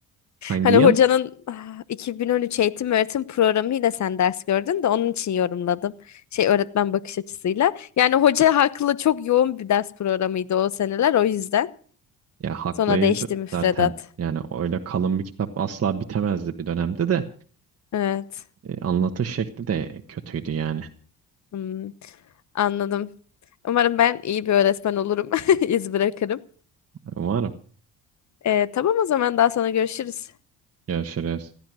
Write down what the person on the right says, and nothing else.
Hangi
yıl?
Ya haklıydı
zaten. Yani öyle kalın bir kitap asla bitemezdi bir dönemde de.
Ee, anlatış şekli de kötüydü yani.
Umarım.
Görüşürüz.